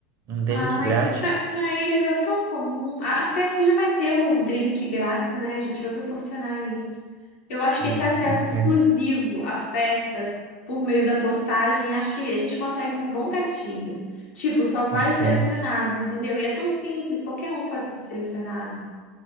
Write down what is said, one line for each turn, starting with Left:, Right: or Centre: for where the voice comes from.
Right: um drink
Left: Ah, mas
Right: grátis.
Left: pra pra eles é tão comum. A, a festa já vai ter o drink grátis, né? A gente vai proporcionar isso. Eu acho
Right: Hum,
Left: que esse acesso
Right: ok,
Left: exclusivo à festa por meio da postagem, acho que a gente consegue um bom gatilho. Tipo, só vai
Right: ok.
Left: os selecionados, entendeu? E é tão simples, qualquer um pode ser selecionado.